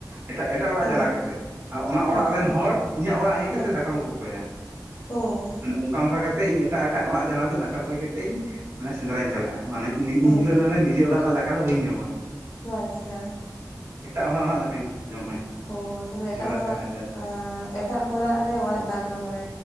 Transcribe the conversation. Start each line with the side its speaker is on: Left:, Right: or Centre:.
Right: ᱮᱴᱟᱜ ᱮᱴᱟᱜ ᱚᱲᱟᱜ
Left: ᱦᱳᱭ
Right: ᱪᱟᱞᱟᱣ <unintelligible> ᱠᱟᱛᱮᱫ ᱟᱨ ᱚᱱᱟ ᱚᱲᱟᱜ
Left: ᱟᱪᱪᱷᱟ
Right: ᱨᱮᱱ ᱦᱚᱲ ᱤᱧᱟᱹᱜ ᱚᱲᱟᱜ ᱦᱮᱡ
Left: ᱦᱮᱸ
Right: ᱠᱟᱛᱮ ᱫᱟᱠᱟ ᱠᱚ ᱠᱚᱠᱚᱭᱟ᱾
Left: <unintelligible> ᱚ
Right: ᱢᱟᱱᱮ ᱚᱱᱠᱟ ᱚᱱᱠᱟ ᱠᱟᱛᱮᱫ ᱤᱧ ᱮᱴᱟᱜ ᱮᱴᱟᱜ ᱚᱲᱟᱜ ᱪᱟᱞᱟᱣ ᱠᱟᱛᱮᱫ ᱫᱟᱠᱟ ᱠᱚᱭ ᱠᱟᱛᱮ ᱤᱧ ᱢᱟᱱᱮ ᱥᱮᱸᱫᱽᱨᱟᱧ ᱪᱟᱞᱟᱜᱼᱟ᱾ ᱢᱟᱱᱮ ᱤᱧ
Left: ᱚ
Right: ᱦᱤᱞᱳᱜ ᱫᱚ ᱢᱟᱱᱮ ᱱᱤᱡᱮ ᱚᱲᱟᱜ ᱨᱮᱱᱟᱜ ᱫᱟᱠᱟ ᱫᱚ ᱵᱟᱹᱧ ᱡᱚᱢᱟ᱾
Left: ᱚ ᱟᱪᱪᱷᱟ᱾
Right: ᱮᱴᱟᱜ ᱦᱚᱲᱟᱜ ᱚᱲᱟᱜ ᱫᱟᱠᱟᱧ ᱡᱚᱢᱟ ᱮᱱᱦᱤᱞᱚᱜ ᱫᱚ᱾
Left: ᱚ ᱛᱟᱦᱚᱞᱮ
Right: ᱥᱮᱸᱫᱽᱨᱟ
Left: ᱮᱴᱟᱜ ᱦᱚᱲᱟᱜ
Right: ᱪᱟᱞᱟᱜ ᱦᱤᱞᱳᱜ ᱫᱚ
Left: ᱮᱴᱟᱜ ᱦᱚᱲᱟᱜ ᱨᱮ ᱚᱲᱟᱜ <unintelligible> ᱢᱟᱱᱮ